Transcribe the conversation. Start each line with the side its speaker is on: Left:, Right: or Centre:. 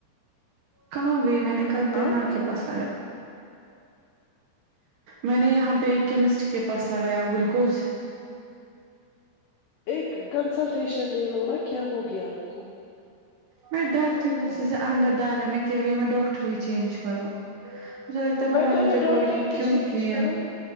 Right: کہاں گئی میں نے کل
Left: ہاں
Right: کے <unintelligible> پاس میں نے یہاں پے ایک کیمسٹ کے پاس لگایا گلکوز
Left: ایک کنسلٹیشن لے لو نا کیا ہوگیا آپ کو
Right: میں ڈرتی ہوں مجھے جیسے انڈر ڈر ہے میں کہہ رہی ہوں میں ڈاکٹر ہی چینج کروں مجھے لگتا
Left: تو
Right: ہے وہ
Left: بیٹر
Right: مت مجھے
Left: ڈاکٹر
Right: بولے گی
Left: ہی
Right: کیوں
Left: چینج
Right: کی
Left: کرو
Right: ہے